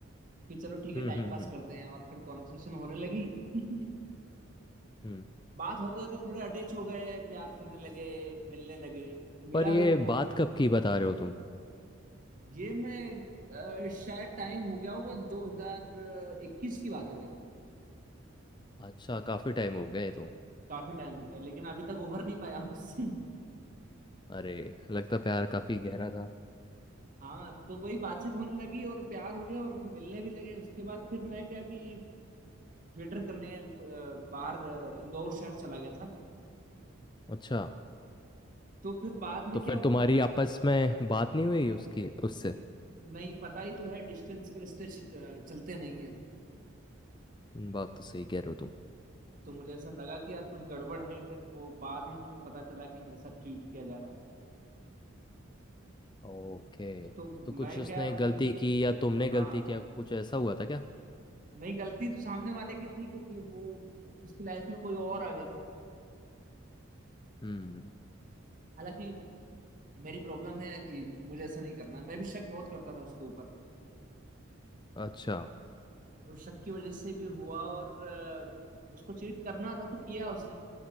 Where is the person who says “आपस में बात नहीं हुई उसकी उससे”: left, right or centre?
Left